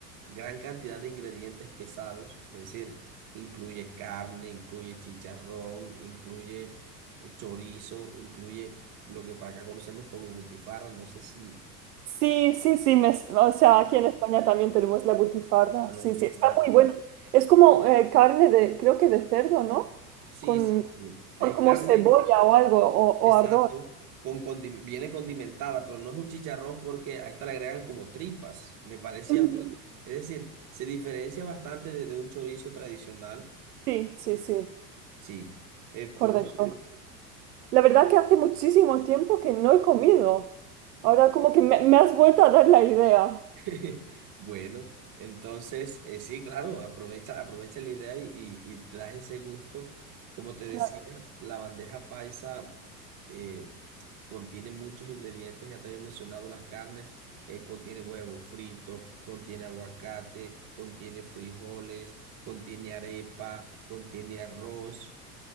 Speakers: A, on the right; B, on the right.
A: gran cantidad de ingredientes pesados, es decir, incluye carne, incluye chicharrón, incluye eh, chorizo, incluye lo que para acá conocemos como butifarra, no sé si,
B: Sí, sí, sí, me- o sea,
A: bueno,
B: aquí en España también tenemos la butifarra.
A: bueno,
B: Sí,
A: butifarra.
B: sí, está muy buena. Es como eh, carne de, creo que de cerdo, ¿no?
A: Sí,
B: Con,
A: sí, sí. Es
B: con como
A: carne,
B: cebolla o algo, o, o
A: exacto,
B: ardor.
A: con condi- viene condimentada, pero no es un chicharrón porque a esta le agregan como tripas, me parece
B: Ujú.
A: a mí. Es decir, se diferencia bastante de, de un chorizo tradicional.
B: Sí, sí, sí,
A: Sí. Entonces,
B: correcto. La verdad que hace muchísimo tiempo que no he comido. Ahora como que me, me has vuelto a dar la idea.
A: <laughs> Bueno, entonces, eh, sí, claro, aprovecha, aprovecha la idea y, y, y trae ese gusto. Como te
B: Claro.
A: decía, la bandeja paisa eh, contiene muchos ingredientes, ya te había mencionado las carnes, eh, contiene huevo frito, contiene aguacate, contiene frijoles, contiene arepa, contiene arroz